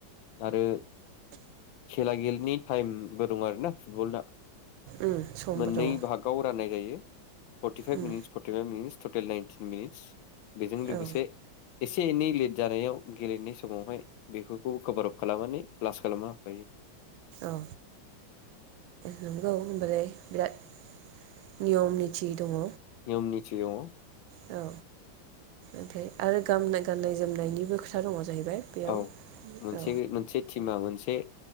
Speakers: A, on the left (about 75°); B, on the right (about 85°).
A: आरो खेला गेलेनि टाइमबो दं आरोना फुटबलना।
B: उम समबो
A: मोननै
B: दङ
A: भागाव राननाय जायो। Forty five
B: um,
A: minutes forty five minutes total ninety minutes बेजों लोगोसे
B: औ
A: एसे एनै लेट जानायाव गेलेनाय समावहाय बेफोरखौ कभार आप खालामनानै प्लास खालामना होफायो।
B: औ नंगौ होनोमबालाय बिराद नियम निथि दङ।
A: निम निथि अ
B: औ ओमफ्राय आरो गान गाननाय जोमनायनिबो खोथा दङ। जाहैबाय बेयाव
A: औ मोनसे
B: औ
A: मोनसे टिमा मोनसे से